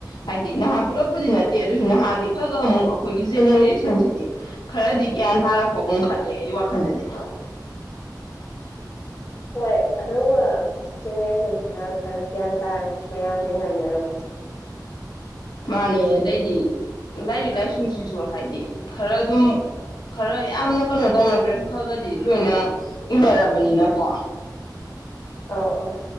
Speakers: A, on the left; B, on the left.
A: ꯍꯥꯏꯗꯤ ꯅꯍꯥ ꯄꯨꯜꯂꯛꯄꯗꯤ ꯅꯠꯇꯦ ꯑꯗꯨꯁꯨ ꯅꯍꯥꯗꯤ ꯈꯔ ꯈ ꯑꯃꯨꯛ ꯑꯩꯈꯣꯏꯒꯤ ꯖꯦꯅꯦꯔꯦꯁꯟꯁꯤꯗꯤ ꯈꯔꯗꯤ ꯒ꯭ꯌꯥꯟ ꯇꯥꯔꯛꯄꯒꯨꯝ ꯈꯜꯂꯦ ꯑꯩ ꯋꯥꯈꯜꯗꯗꯤ
B: ꯍꯣꯏ ꯑꯅꯧꯕ ꯖꯦꯅꯦꯔꯦꯁꯟꯁꯤꯅ ꯈꯔ ꯒ꯭ꯌꯥꯟ ꯇꯥꯔꯦ ꯃꯌꯥꯝꯒꯤ ꯍꯥꯏꯅꯔꯣꯏ
A: ꯃꯥꯅꯦ ꯑꯗꯩꯗꯤ ꯂꯥꯏꯔꯤꯛ ꯂꯥꯏꯁꯨꯁꯤꯁꯨ ꯍꯥꯏꯗꯤ ꯈꯔ ꯑꯗꯨꯝ ꯈꯔ ꯌꯥꯝꯅ ꯀꯩꯅꯣ ꯇꯧꯅꯗ꯭ꯔꯁꯨ ꯈꯔꯒꯗꯤ ꯂꯣꯏꯅ ꯏꯅꯔꯕꯅꯤꯅꯀꯣ
B: ꯑ ꯑ